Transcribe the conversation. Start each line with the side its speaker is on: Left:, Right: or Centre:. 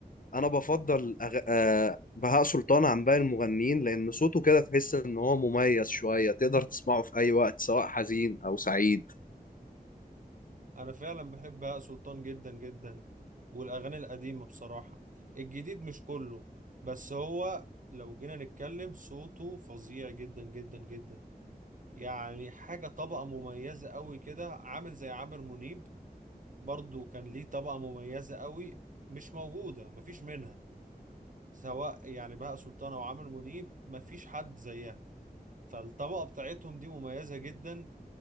Left: أنا بفضل أغ... آه، بهاء سلطان عن باقي المغنيين لأن صوته كده تحس إن هو مميز شوية تقدر تسمعه في أي وقت سواء حزين أو سعيد
Right: انا فعلا بحب بهاء سلطان جدا جدا والاغاني القديمه بصراحه الجديد مش كله بس هو لو جينا نتكلم صوته فظيع جدا جدا جدا يعني حاجه طبقه مميزه قوي كده عامل زي عامر منيب برضو كان ليه طبقه مميزه قوي مش موجوده مفيش منها سواء يعني بهاء سلطان او عامر منيب مفيش حد زيها فالطبقه بتاعتهم دي مميزه جدا